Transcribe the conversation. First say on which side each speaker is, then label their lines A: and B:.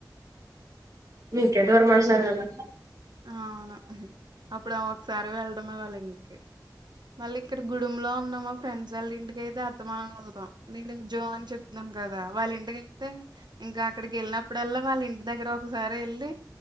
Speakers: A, on the right; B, on the right.
A: మీకేదవర మ కదా
B: అవును అప్పుడు ఒకసారి వెళ్ వాళ్ళ ఇంటికి మళ్ళీ ఇక్కడ గుడు లో ఉన్నా మా ఫ్రెండ్స్ వాళ్ళ ఇంటిక ఐతే అర్థమ వెళ్తాం నేను జో అని చెప్తున్నాను కదా వాళ్ళ ఇంటిక అైతే ఇంకా అక్కడికి వెళ్ళినప్పుడల్లా వాళ్ళ ఇంటి దగ్గర ఒకసారి వెళ్ళి